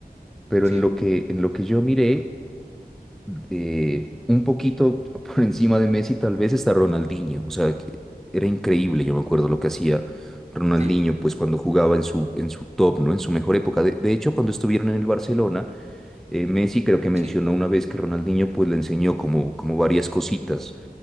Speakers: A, in the centre; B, on the right.
A: Pero
B: sí,
A: en lo que, en lo que yo miré, eh, un poquito <laughs> por encima de Messi tal vez está Ronaldinho. O sea, que era increíble, yo me acuerdo lo que hacía Ronaldinho,
B: sí,
A: pues cuando jugaba en su, en su top, ¿no? En su mejor época. De, de hecho, cuando estuvieron en el Barcelona, eh, Messi creo que mencionó
B: sí.
A: una vez que Ronaldinho pues le enseñó como, como varias cositas